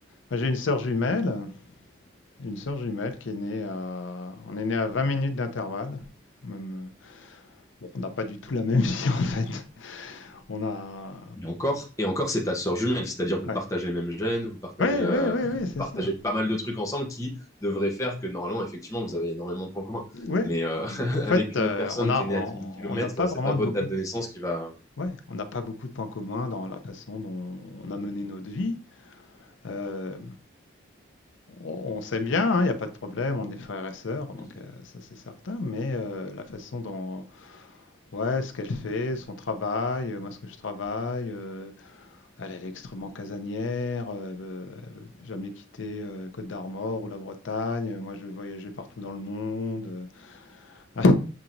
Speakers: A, on the left; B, on the left.
A: Moi, j'ai une sœur jumelle, une sœur jumelle qui est née à, on est né à 20 minutes d'intervalle. Même, euh, bon, on n'a pas du tout la même <laughs> vie en fait. On a,
B: Et encore, et encore, c'est ta sœur jumelle, c'est-à-dire que vous
A: ouais.
B: partagez les mêmes gènes, vous partagez,
A: Ouais,
B: euh,
A: ouais, ouais, ouais, c'est
B: vous partagez
A: ça.
B: pas mal de trucs ensemble qui devraient faire que normalement, effectivement, vous avez énormément de points communs.
A: Ouais.
B: Mais euh, <laughs>
A: Mais en fait,
B: avec une
A: euh,
B: autre personne
A: on a,
B: qui est née
A: on
B: à dix mille kilomètres,
A: on n'a pas
B: c'est
A: vraiment
B: pas votre
A: de beaucoup
B: date
A: de,
B: de naissance qui va.
A: ouais, on n'a pas beaucoup de points communs dans la façon dont on a mené notre vie. Euh, On, on s'aime bien, hein, il n'y a pas de problème, on est frères et sœurs, donc
B: <laughs>
A: euh, ça c'est certain, mais euh, la façon dont, ouais, ce qu'elle fait, son travail, euh, moi ce que je travaille, euh, elle, elle est extrêmement casanière, euh, elle veut- elle veut jamais quitter euh, Côte d'Armor ou la Bretagne, moi je vais voyager partout dans le monde. euh. <laughs>